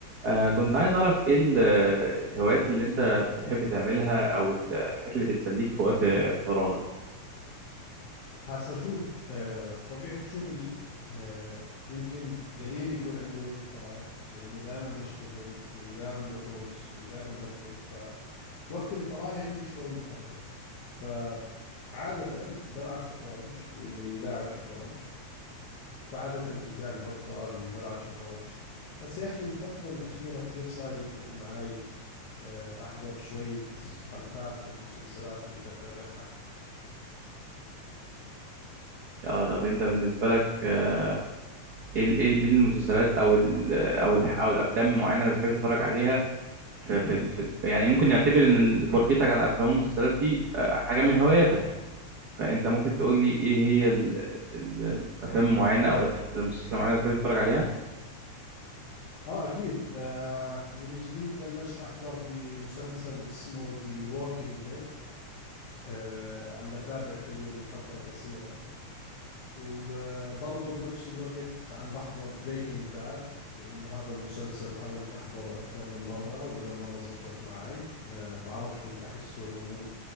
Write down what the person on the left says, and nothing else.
هسا شوف آه، بطبيعة شغلي آه، يمكن قليل يكون عندي وقت فراغ لأنه دائما بشتغل ودائما بدرس ودائما بكتب فوقت الفراغ عندي شوي مقدس فعادة بلعب شطرنج لأني لاعب شطرنج فعادة تلقاني بوقت فراغي بلعب شطرنج بس يا أخي الفترة الأخيرة كثير صاير يفرق معاي آه، أحضر شوية حلقات من المسلسلات اللي بتابعها
اه اكيد آه من جديد بلشت احضر بمسلسل اسمه ذا ووكينج ديد آه عم بتابع فيه من فترة قصيرة وبرضه بنفس الوقت عم بحضر بريكنج باد لانه هذا المسلسل حاولت احضره اكثر من مرة ولا مرة زبطت معي آه بعرفش كنت احسه ممل